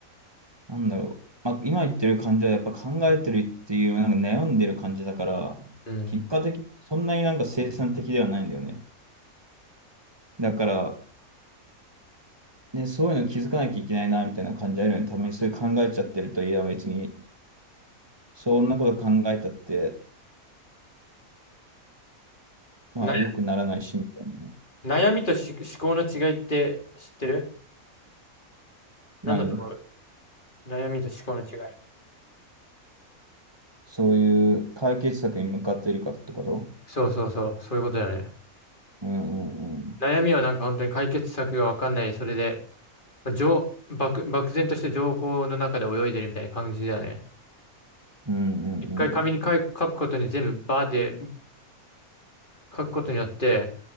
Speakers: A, on the right; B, on the left.
A: なんだろう。まあ、今言ってる感じはやっぱ考えてるっていう、なんか悩んでる感じだから、
B: うん。
A: 結果的にそんなになんか生産的ではないんだよね。だから、ね、そういうの気づかなきゃいけないな、みたいな感じあるよね。たまにそういう考えちゃってると、いや、別に、そんなこと考えたって、まあ、
B: 悩
A: 良くならないし、みたいなね。
B: 悩みとし思考の違いって知ってるなんだと思う
A: 何
B: 悩みと思考の違い。
A: そういう解決策に向かっているかってこと
B: そうそうそう、そういうことだね。
A: うんうんうん。
B: 悩みはなんか本当に解決策がわかんない、それで、まあ、情漠、漠然として情報の中で泳いでるみたいな感じだよね。
A: うんうんうん。
B: 一回紙に書い書くことに全部バーで書くことによって、